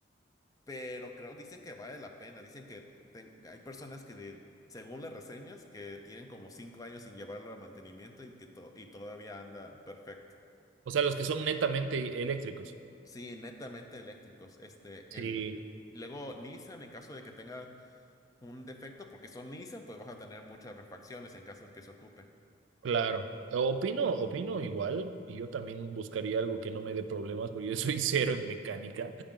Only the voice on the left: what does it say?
pero creo dicen que vale la pena. Dicen que ten- hay personas que de- según las reseñas, que tienen como cinco años sin llevarlo a mantenimiento y que to- y todavía anda perfecto.
Sí, netamente eléctricos. Este,
el, luego Nissan, en caso de que tenga un defecto, porque son Nissan, pues vas a tener muchas refacciones en caso de que se ocupe.